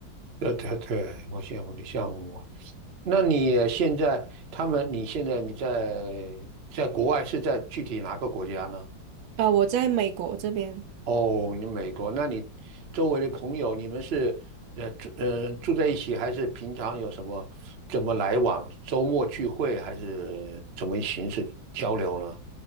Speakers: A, on the right (about 45°); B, on the right (about 85°).
A: 对对对，我羡慕你，羡慕我。那你现在他们，你现在你在在国外是在具体哪个国家呢？
B: 啊、我在美国这边。
A: 哦，你美国，那你周围的朋友，你们是呃住呃住在一起，还是平常有什么怎么来往？周末聚会还是怎么形式交流呢？